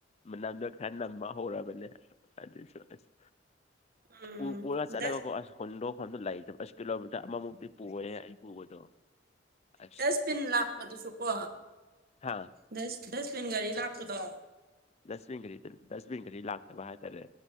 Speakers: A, on the left; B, on the right.
A: ꯃꯅꯝꯗꯣ ꯈꯔ ꯅꯝꯕ ꯍꯧꯔꯕꯅꯦ ꯑꯗꯨꯁꯨ ꯑꯁ
B: ꯎꯝ
A: ꯄꯨ ꯄꯨꯔ ꯆꯠꯂꯒꯀꯣ
B: ꯗꯁ
A: ꯑꯁ ꯍꯨꯟꯗꯣꯛꯐꯝꯗꯣ ꯂꯩꯇꯕ ꯑꯁ ꯀꯤꯂꯣꯃꯤꯇꯔ ꯑꯃꯃꯨꯛꯇꯤ ꯄꯨꯋꯦ ꯑꯩ ꯄꯨꯕꯗꯣ ꯑꯁ
B: ꯗꯁꯄꯤꯟ ꯂꯥꯛꯄꯗꯨꯁꯨ ꯀꯣ
A: ꯍꯥꯥ
B: ꯗꯁ ꯗꯁꯄꯤꯟ ꯒꯥꯔꯤ ꯂꯥꯛꯄꯗꯣ
A: ꯗꯁꯕꯤꯟ ꯒꯥꯔꯤꯗ ꯗꯁꯕꯤꯟ ꯒꯥꯔꯤ ꯂꯥꯛꯇꯕ ꯍꯥꯏꯇꯥꯔꯦ